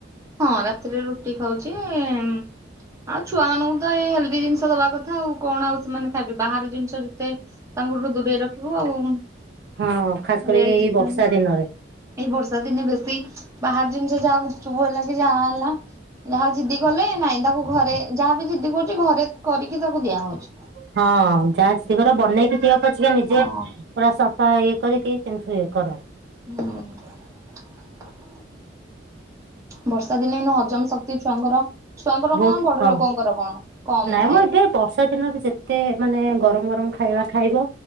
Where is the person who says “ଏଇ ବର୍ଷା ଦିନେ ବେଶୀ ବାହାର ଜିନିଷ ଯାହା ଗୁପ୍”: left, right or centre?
Right